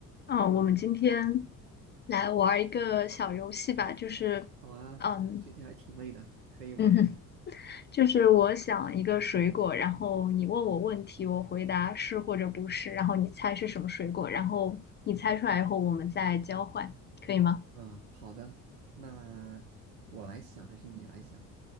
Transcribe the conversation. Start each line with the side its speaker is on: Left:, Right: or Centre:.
Left: 嗯，我们今天来玩儿一个小游戏吧，就是，
Right: 好啊，
Left: 嗯
Right: 最近还挺累的，可以玩一下。
Left: <laughs>，嗯哼，就是我想一个水果，然后你问我问题，我回答是或者不是，然后你猜是什么水果，然后你猜出来以后我们再交换，可以吗？
Right: 嗯，好的，那我来想还是你来想